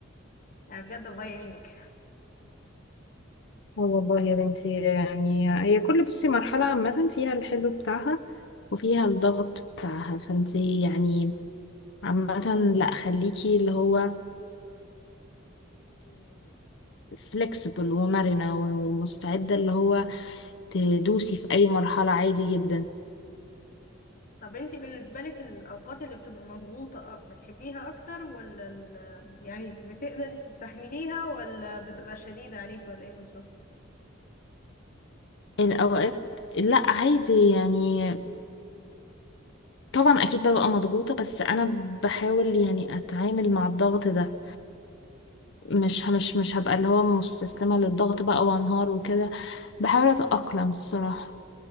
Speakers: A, on the left; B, on the left.
A: يعني بجد الله يعينك
B: اه والله يا بنتي يعني هي كل بصي مرحلة عامة فيها الحلو بتاعها وفيها الضغط بتاعها فانتي يعني عامة لا خليكي اللي هو فلكسبل ومرنة ومستعدة اللي هو تدوسي في أي مرحلة عادي جدا
A: طب انتي بالنسبة لك الأوقات اللي بتبقى مضغوطة آه، بتحبيها أكتر ولا ال... يعني بتقدري تستحمليها ولا بتبقى شديدة عليك ولا ايه بالظبط؟
B: الأوقات لا عادي يعني طبعا أكيد ببقى مضغوطة بس أنا بحاول يعني أتعامل مع الضغط ده مش مش مش هبقى اللي هو مستسلمة للضغط بقى وانهار وكده بحاول اتأقلم الصراحة